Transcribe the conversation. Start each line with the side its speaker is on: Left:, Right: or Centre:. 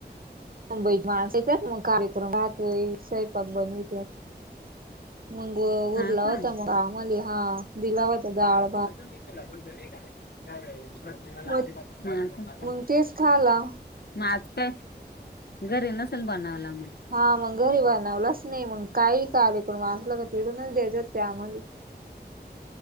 Right: मुंबईची माणसं येतात मग कार्यक्रम राहतोय सयपाक बनवित्यात मग
Left: हा
Right: उरला
Left: का
Right: होता मग आम्हाली हा दिला होता दाळ
Left: अजून बी तिला म्हटलं नाही का <unintelligible> <unintelligible> हा
Right: मग
Left: का मग
Right: मग तेच खाला
Left: आज काय? घरी नसल बनवला मग
Right: हा मग घरी बनवलाच नाही मग काही कार्यक्रम आसला का तिडूनच देतेत त्या आम्हाले
Left: हं